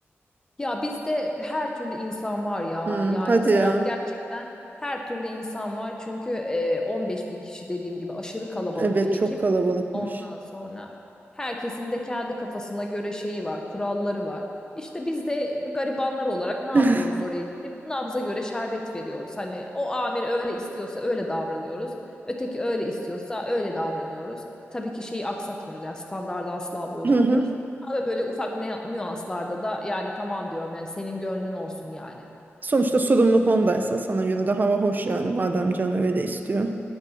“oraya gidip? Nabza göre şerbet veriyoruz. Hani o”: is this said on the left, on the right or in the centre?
Left